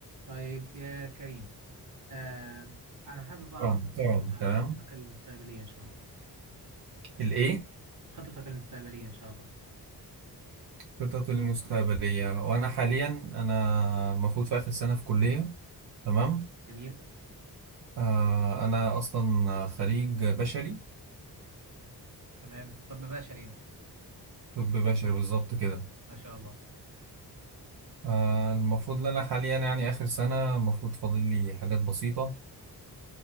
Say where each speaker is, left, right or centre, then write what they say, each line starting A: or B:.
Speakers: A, on the right (about 50°); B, on the right (about 80°).
A: طيب يا كريم آه أنا حابب أعرف
B: ترامب ترامب
A: إيه
B: تمام
A: خطتك المستقبلية إن شاء الله
B: الايه
A: خطتك المستقبلية إن شاء الله
B: خطط المستقبليه وانا حاليا انا المفروض في اخر سنه في كليه تمام
A: جميل
B: آه انا اصلا خريج بشري
A: تمام طب بشري أنت
B: طب بشري بالظبط كده
A: ما شاء الله
B: آه المفروض ان انا حاليا يعني اخر سنه المفروض فاضل لي حاجات بسيطه